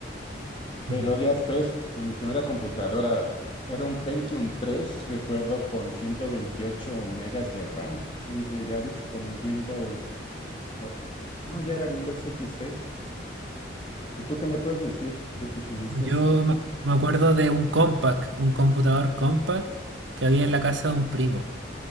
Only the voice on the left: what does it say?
Pero
días después, con mi primera computadora era un Pentium tres recuerdo, con 128 megas de RAM. Sí, de, ya des- con Windows, no, no, ya era Windows XP. ¿Y tú qué me puedes decir de tus inicios?